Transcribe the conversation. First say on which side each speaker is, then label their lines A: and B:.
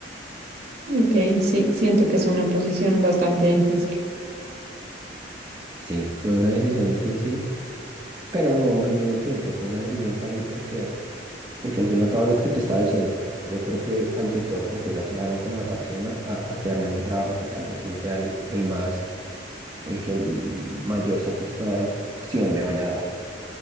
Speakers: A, on the right; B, on the right.
A: Ok, sí, siento que es una posición bastante difícil.
B: Sí, fue una decisión difícil, pero no al mismo tiempo, fue una decisión fácil porque Porque al fin y al cabo lo que te estaba diciendo, yo creo que ante todo prefiero hacer algo que me apasiona a, a quedarme en un trabajo que tal vez no sea el, el más, el que mayor satisfacción me vaya a dar.